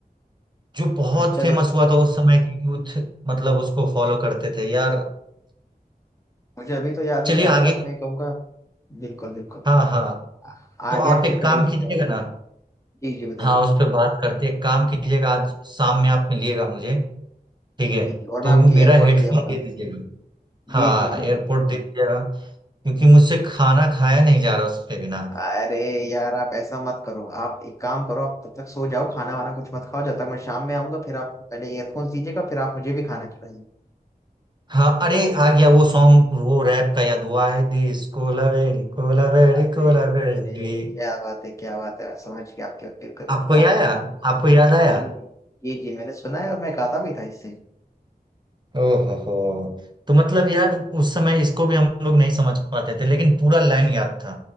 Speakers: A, on the right (about 30°); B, on the left (about 20°).
A: जो बहुत
B: चले
A: फेमस हुआ था उस समय के यूथ मतलब उसको फॉलो करते थे यार
B: मुझे अभी तो याद
A: चलिए
B: नहीं आ रहा
A: आगे
B: है बट मैं कहूंगा बिल्कुल बिल्कुल
A: हाँ हाँ
B: आ-
A: तो
B: आगे हम
A: आप एक
B: फिर कभी
A: काम
B: उसको
A: कीजिएगा
B: याद करें
A: ना
B: जी जी बताइए
A: हाँ उस पर बात करते एक काम कीजिएगा आज शाम में आप मिलिएगा मुझे ठीक
B: जी
A: है
B: जी और
A: तो
B: मैं आपके
A: मेरा
B: एयरपोर्ट
A: हेडफोन
B: ले आऊंगा
A: दे दीजिएगा हाँ
B: जी जी बिल्कुल
A: एयरपोर्ट
B: बिल्कुल
A: दे दीजिएगा क्योंकि मुझसे खाना खाया नहीं जा रहा उसके बिना
B: अरे यार आप ऐसा मत करो आप एक काम करो आप तब तक सो जाओ खाना वाना कुछ मत खाओ जब तक मैं शाम में आऊंगा फिर आप पहले ईयरफोन्स दीजिएगा फिर आप मुझे भी खाना खिलाइए
A: हाँ अरे आ गया वो सॉन्ग वो रैप का याद हुआ है this Kolaveri Kolaveri
B: अरे
A: Kolaveri
B: अरे क्या बात है क्या बात है मैं समझ गया आपके बिल्कुल बिल्कुल,
A: आपको याद
B: बहुत बहुत-
A: आया आपको याद आया
B: जी जी जी जी मैंने सुना है और मैं गाता भी था इससे
A: ओहो हो तो मतलब यार उस समय इसको भी हम लोग नहीं समझ पाते थे लेकिन पूरा लाइन याद था